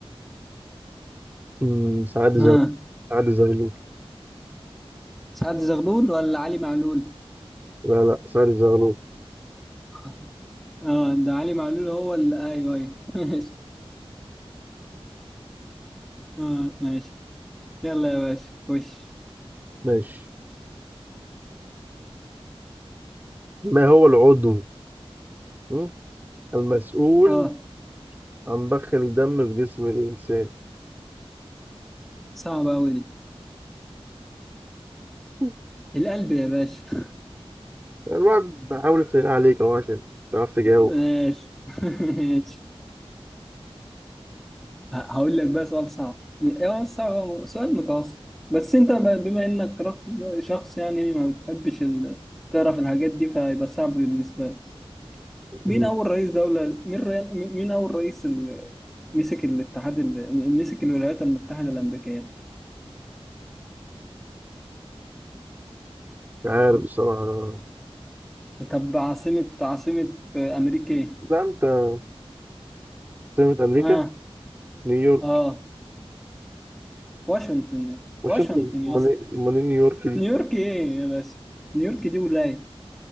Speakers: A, on the right (about 20°); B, in the centre.
A: مم. سعد زغلول
B: ها
A: سعد زغلول
B: سعد زغلول ولا علي معلول
A: لا لا سعد زغلول
B: <laughs> اه ده علي معلول هو اللي ايوه ايوه <laughs> ماشي اه ماشي يلا يا باشا خش
A: ماشي ما هو العضو م؟ المسؤول
B: اه
A: عن ضخ الدم في جسم الإنسان
B: صعبة أوي دي
A: <laughs>
B: القلب يا باشا <laughs>
A: الواحد بحاول أسهل عليك أهو عشان تعرف تجاوب
B: ماشي <laughs> ماشي ه- هقول لك بقى سؤال صعب يعني هو مش صعب هو سؤال متوسط بس انت ب- بما انك رق- شخص يعني ما بتحبش ال- تعرف الحاجات دي فهيبقى صعب بالنسبة لك
A: م،
B: مين
A: مش
B: اول رئيس دولة مين ري... مين اول رئيس ال... مسك الاتحاد ال... مسك الولايات المتحدة الأمريكية
A: عارف بصراحة
B: طب عاصمة عاصمة أمريكا ايه؟
A: لا أنت سمة أمريكا
B: ها
A: نيويورك
B: اه واشنطن
A: مش
B: واشنطن
A: أنت
B: يا
A: أمال
B: اسطى
A: إيه؟ أمال إيه نيويورك دي
B: نيويورك ايه يا باشا؟ نيويورك دي ولاية